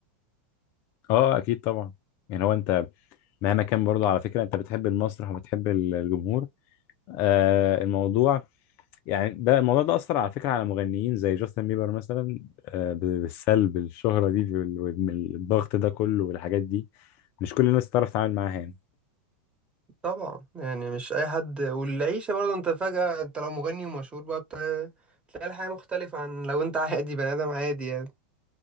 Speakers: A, on the left; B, on the right.
A: اه اكيد طبعا يعني هو انت مهما كان برضه على فكرة انت بتحب المسرح وبتحب الجمهور آه الموضوع يعني ده الموضوع ده أثر على فكرة على مغنيين زي جاستن بيبر مثلا آه، بالسلب الشهرة دي وال- والضغط ده كله والحاجات دي مش كل الناس تعرف تتعامل معاها يعني
B: طبعا يعني مش اي حد والعيشة برضه انت فجأة انت لو مغني ومشهور بقى بت... تلاقي الحياة مختلفة عن لو انت عادي بني ادم عادي يعني